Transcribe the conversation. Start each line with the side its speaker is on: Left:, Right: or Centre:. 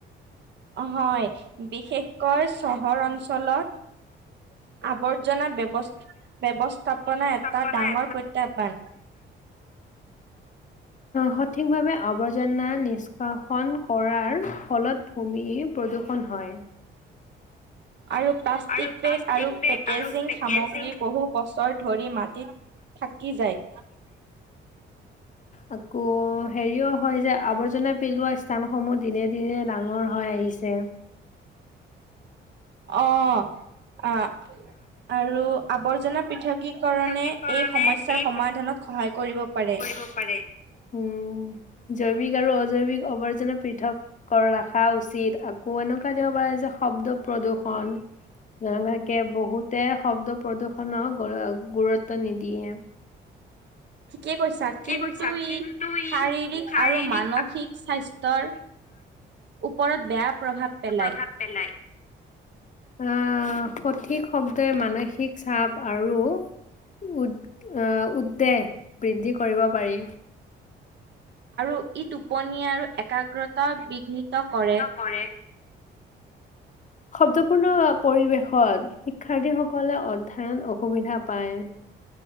Right: অ হয়, বিশেষকৈ চহৰ অঞ্চলত আৱৰ্জনা ব্যৱ-ব্যৱস্থাপনা এটা
Left: প্ৰণায়ত
Right: ডাঙৰ প্ৰত্যাহ্বান।
Left: সঠিকভাৱে আৱৰ্জনা নিষ্কাশন কৰাৰ ফলত ভূমি প্ৰদূষণ হয়।
Right: আৰু প্লাষ্টিক
Left: আৰু
Right: বেগ আৰু
Left: পেক
Right: পেকেজিং
Left: পেকেজিং
Right: সামগ্ৰী বহু বছৰ ধৰি মাটিত থাকি যায়।
Left: আকৌ হেৰিও হয় যে আৱৰ্জনা পেলোৱা স্থানসমূহ দিনে দিনে ডাঙৰ হৈ আহিছে।
Right: অ, আহ আৰু আৱৰ্জনা পৃথকীকৰণে
Left: কি কাৰণে
Right: এই সমস্যাৰ
Left: এই
Right: সমাধানত সহায় কৰিব পাৰে।
Left: ঘটিব পাৰে। উম,
Right: <inaudible>
Left: জৈৱিক আৰু অজৈৱিক আৱৰ্জনা পৃথক ৰখা উচিত আকৌ এনেকুৱা দিব পাৰে যে শব্দ প্ৰদূৰ্ষণ যেনেকে বহুতে শব্দ প্ৰদূ্ষনৰক গুৰুত্ব নিদিয়ে।
Right: ঠিকে কৈছ চা
Left: ঠিকেই
Right: কিন্তু
Left: কৈছে।
Right: ই
Left: কিন্তু ই
Right: শাৰীৰিক
Left: শাৰীৰিক
Right: আৰু মানসিক স্বাস্থ্যৰ ওপৰত বেয়া প্ৰভাৱ পেলাই।
Left: প্ৰভাৱ পেলাই। আহ, সঠিক শব্দই মানসিক চাপ আৰু উদ আহ, উদ্বেগ বৃদ্ধি কৰিব পাৰি।
Right: আৰু ই টোপনি আৰু একাগ্ৰতা বিঘ্নিত কৰে।
Left: কৰে। শব্দপূৰ্ণ পৰিৱেশত শিক্ষাৰ্থীসকলে অধ্যয়ন অসুবিধা পায়।